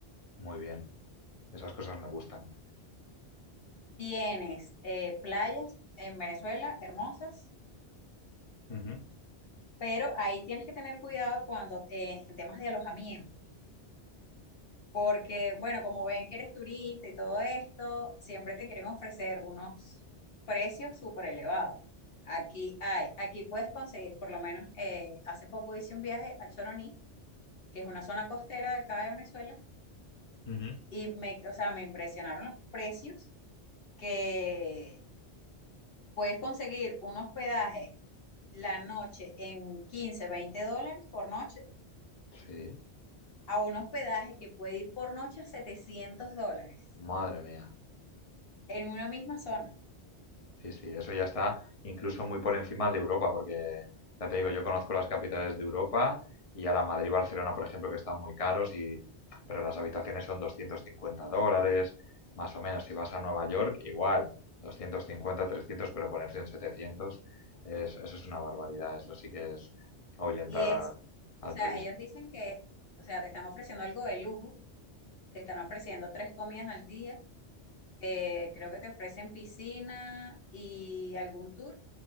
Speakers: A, on the left (about 35°); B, on the left (about 60°).
A: muy bien. Esas cosas me gustan.
B: Tienes eh, playas en Venezuela hermosas,
A: Ujú,
B: pero ahí tienes que tener cuidado cuando eh, en temas de alojamiento porque, bueno, como ven que eres turista y todo esto, siempre te quieren ofrecer unos precios súper elevados. Aquí hay, aquí puedes conseguir, por lo menos eh, hace poco hice un viaje a Choroní, que es una zona costera de acá de Venezuela,
A: ujú.
B: y me, o sea, me impresionaron los precios que puedes conseguir un hospedaje la noche en 15 20 dólares por noche,
A: Sí,
B: a un hospedaje que puede ir por noche a setecientos dólares
A: madre mía.
B: en una misma zona.
A: Sí, sí, eso ya está incluso muy por encima de Europa, porque ya te digo, yo conozco las capitales de Europa y ahora Madrid, y Barcelona, por ejemplo, que están muy caros, y, pero las habitaciones son 250 dólares, más o menos. Si vas a Nueva York, igual, 250, 300, pero ponerse en 700, es- eso es una barbaridad. Eso sí que es ahuyentar
B: Y es,
A: al,
B: o
A: al
B: sea,
A: turismo.
B: ellos dicen que, o sea, te están ofreciendo algo de lujo, te están ofreciendo tres comidas al día, eh, creo que te ofrecen piscina y algún tour,